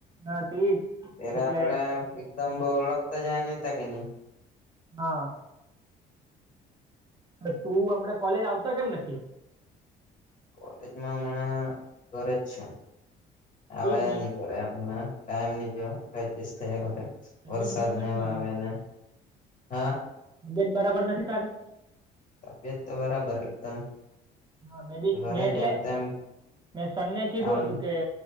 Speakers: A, on the right (about 25°); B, on the left (about 50°).
A: હા તેજ
B: ત્યારે
A: એટલે
B: આપડે એકદમ બહુ ઓળખતા જ આયા તા કે નહીં.
A: હા તે તું હમને કોલેજ આવતો કેમ નથી?
B: કોલેજમાં હમણાં ઘરે જ છું. આવા
A: તે જ ને
B: ની કર તે હમણાં ટાઈમ નહીં કો પ્રેક્ટિસ કરું રોતે.
A: તબિયત
B: વરસાદ
A: બરાબર
B: ને
A: નહીં
B: હવે
A: મળે
B: આવે
A: હું
B: ને. હા
A: તબિયત બરાબર નથી તારી?
B: તબિયત તો બરાબર એકદમ.
A: હા મે બી
B: ઘરે
A: મેં એટલે
B: જેમ તેમ
A: મેં સર ને કીધું
B: કામ
A: હતું કે